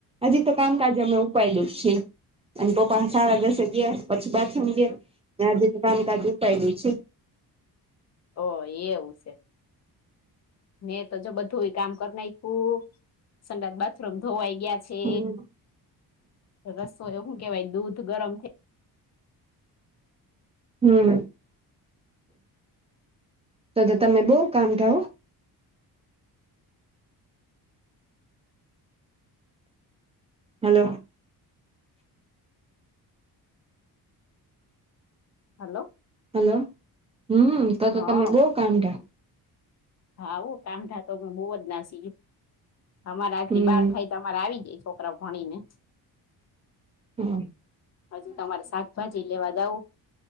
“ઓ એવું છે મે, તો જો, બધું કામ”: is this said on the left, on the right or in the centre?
Left